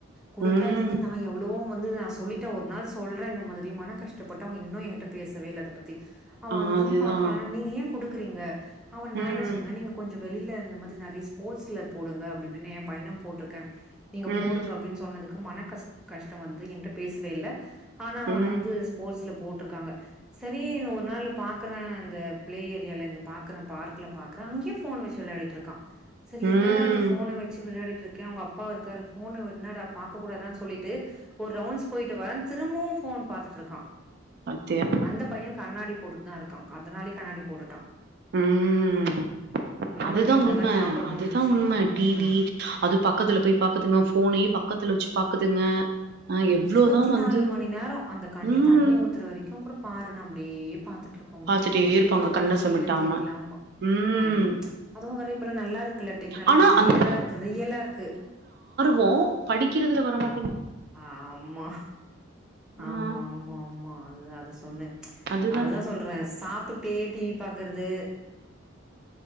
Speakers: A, in the centre; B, on the right.
A: குடுக்காதிங்கன்
B: ம்
A: நா எவ்ளவோ வந்து நா சொல்லிட்டே ஒரு நாள் சொல்றே இந்த மாரி மனக்கஷ்டப்பட்டு அவங்க இன்னு எங்கிட்ட பேசவே இல்ல அத பத்தி அவ
B: அதுதான்
A: அதுதா பாக்குறானா நீங்க ஏ குடுக்றீங்க அவன நா
B: ம்
A: என்ன சொன்னே நீங்க கொஞ் வெளில இந்த மாதிரி நெறய ஸ்போர்ட்ஸ்ல போடுங்க அப்டிஇப்டின்னு ஏ பையன போட்ருக்கே நீங்க
B: ம்
A: போடுங்க அப்படின் சொன்னதுக்கு மன கஷ் கஷ்டொவந்து என்ட்ட பேசுவேயில்ல ஆனா அவன
B: ம்
A: வந்து ஸ்போர்ட்ஸ் ல போட்ருக்காங்க சரீனு ஒரு நாளு பாக்குற அந்த பிளே ஏரியாலங்க பாக்குற பார்க்ல பாக்ற அங்யு போன் வச்சு விளையாடிட்ருக்கா சரி
B: ம்
A: என்னடா நீ ஃபோன வச்சு விளையாடி ட்ருக்கே உங்க அப்பா இருக்காரு ஃபோனு என்னடா பாக்க கூடாத சொல்லிட்டு ஒரு ரவுண்டஸ் போயிட்டு வரன் திரும்பவும் ஃபோன் பாத்துட்ருக்கா
B: பாத்தியா
A: அந்த பைய கண்ணாடி போட்டுட் தா இருக்கா அதனாலே கண்ணாடி போட்டுட்டா
B: ம் அதுதா
A: மாதிரி எனக்கு
B: உண்ம
A: அதான் ஞாபகம்
B: அதுதா
A: வந்துச்சு.
B: உண்ம
A: ஆமா.
B: டிவி அது பக்கத்துல போய் பாக்குதுங்க போனையு ப பக்கத்துல வச்சு பாக்குதுங்க ஆ எவ்ளோதான்
A: இருவத்தி
B: வந்து
A: நாலு மணி நேரோ அந்த கண்ல
B: ம்
A: தண்ணி ஊத்துற வரைக்கு கூட பாருனா ப்டியே பாத்து ருக்குங்க
B: பாத்துட்டே
A: இது புரியுதோ
B: இருப்பாங்க கண்ண
A: புரியலன்
B: சிமிட்டாம
A: தெரில ஆமா
B: ம்
A: ஆமா அதுவு வேற இப்ப எல்லா நல்லா இருக்குல டிக் நல்லா
B: ஆனா
A: கிளியராருக்கு
B: அந்த
A: ரியலாருக்கு
B: வோ படிக்கிறதுல வரமாட்
A: ஆமா
B: வரமாட்டேங்குது
A: ஆமா ஆமா ஆமா அது அத சொன்னு
B: அதுதானே
A: அதுதா சொல்ற சாப்டுகிட்டே டீவ் பாக்கறது